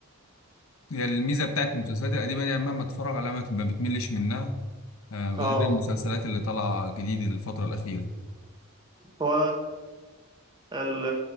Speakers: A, on the left; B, on the right.
A: هي الميزه بتاعت المسلسلات القديمه يعني مهما اتفرج عليها ما ما بتملش منها آه، بغير
B: اه
A: المسلسلات اللي طالعه جديد الفتره الاخيره
B: هو ال-